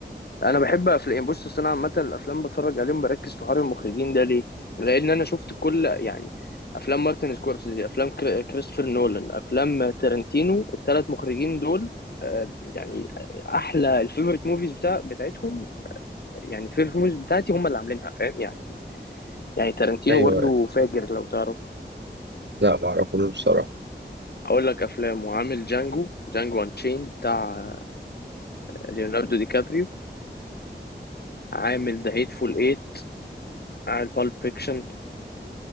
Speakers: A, on the left; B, on the right.
A: انا بحب افلام بص أصل انا عامه الافلام بتفرج عليهم بركز في حوار المخرجين ده ليه لان انا شفت كل يعني افلام مارتن سكورسيزي افلام كري- كريستوفر نولان افلام تارنتينو الثلاث مخرجين دول آه، يعني احلى الفيفوريت موفيز بتاع بتاعتهم يعني الفيفوريت موفيز بتاعتي هم اللي عاملينها فاهم يعني يعني تارنتينو
B: ايوه
A: برضه
B: أيوه.
A: فاجر لو تعرفه
B: لا ما اعرفوش بصراحه آه،
A: اقول لك افلام وعامل جانجو جانجو انشيند بتاع ليوناردو دي كابريو عامل ذا هيتفول ايت عامل بالب فيكشن